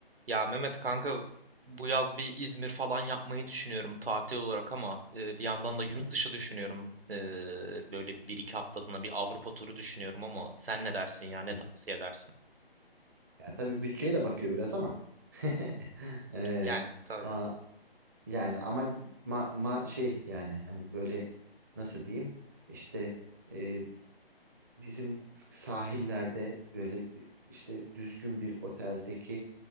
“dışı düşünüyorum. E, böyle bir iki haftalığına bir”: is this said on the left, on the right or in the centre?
Right